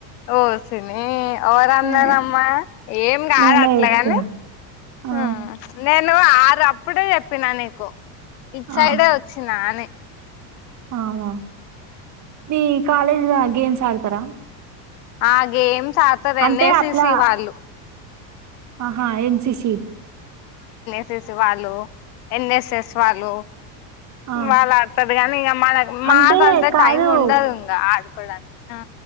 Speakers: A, on the left (about 70°); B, on the right (about 35°).
A: ఓసిని ఎవరన్నారమ్మా
B: ఏ,
A: ఏం కాదు
B: నేనే
A: అట్లాగాని
B: చెప్తున్నా ఆ
A: హ్మ నే నేను ఆరు అప్పుడే చెప్పినా నీకు ఇట్ సైడే
B: ఆ
A: వచ్చినా అని
B: అవునా మీ కాలేజ్లో గేమ్స్ ఆడతారా
A: ఆ గేమ్స్ ఆడతారు
B: అంటే
A: ఎన్ ఎ సి
B: అట్లా
A: సి వాళ్ళు
B: ఆహా N C C
A: see C వాళ్ళు ఎన్ఎస్ఎస్ వాళ్ళు
B: ఆ
A: వాళ్ళ ఆడతారు కానీ ఇంక మన మాక
B: అంటే
A: అంత
B: కాదు
A: టైం ఉండదు ఇంకా ఆడ్ కోడానికి ఆ